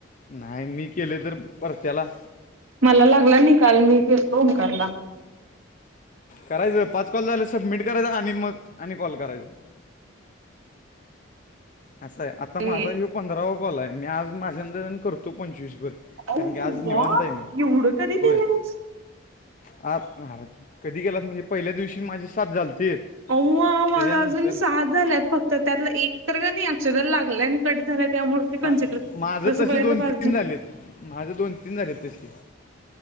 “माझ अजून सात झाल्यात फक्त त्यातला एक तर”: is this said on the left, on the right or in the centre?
Right